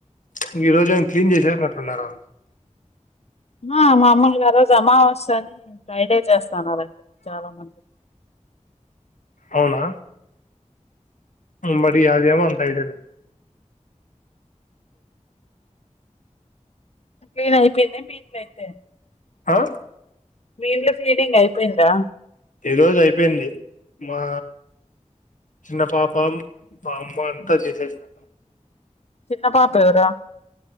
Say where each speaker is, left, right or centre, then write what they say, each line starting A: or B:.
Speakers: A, on the left (about 85°); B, on the left (about 55°).
A: ఇంగా ఈ రోజు అవి క్లీన్ చేసే టట్టున్నారు.
B: ఆ మామూల్ గా ఆ రోజు అమావాస్య అని, ఫ్రైడే చేస్తన్నారంటడి చాలా మంది.
A: అవునా, మరీ అదేం అంత ఐడియా లేద్.
B: క్లీన్ అయిపోయిందా, మీ ఇంట్లో అయితే.
A: ఆ.
B: మీ ఇంట్లో, క్లీనింగ్ అయిపోయిందా.
A: ఈ రోజ్ అయిపోయింది. మా చిన్న పాపమ్, మా అమ్మ అంతా చేసేసిన్
B: చిన్న పాప ఎవరు?